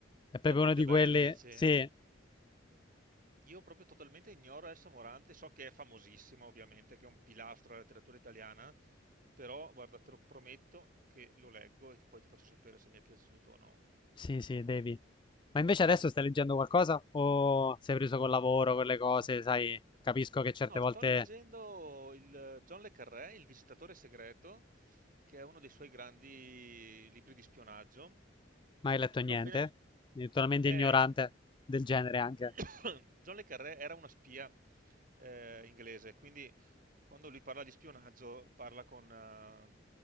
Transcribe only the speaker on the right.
È
talmente
bello,
dici.
Io proprio totalmente ignoro Elsa Morante, so che è famosissima ovviamente, che è un pilastro della letteratura italiana, però guarda, te lo prometto che lo leggo e poi ti faccio sapere se mi è piaciuto o no.
No,
sto leggendo il John le Carré, Il visitatore segreto, che è uno dei suoi grandi libri di spionaggio.
L'ho appena... in-
eh,
<coughs> John le Carré era una spia eh, inglese, quindi quando lui parla di spionaggio parla con, eh,